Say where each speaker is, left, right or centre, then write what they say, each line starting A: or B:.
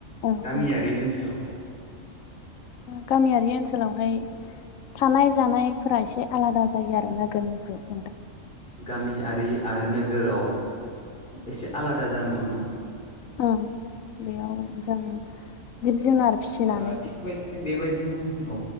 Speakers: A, on the left (about 85°); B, on the left (about 45°).
A: औ
B: गामियारि
A: नंगौ
B: ओनसोलावहाय
A: गामियारि ओनसोलावहाय थानाय जानायफोरा एसे आलादा जायो आरो नोगोरनिफ्राय
B: गामियारि आरो नोगोराव एसे आलादा जानो हमो।
A: औ बेयाव जों जिब जुनार फिसिनानै
B: ओ थिग बेदिनो बेबायदिनो औ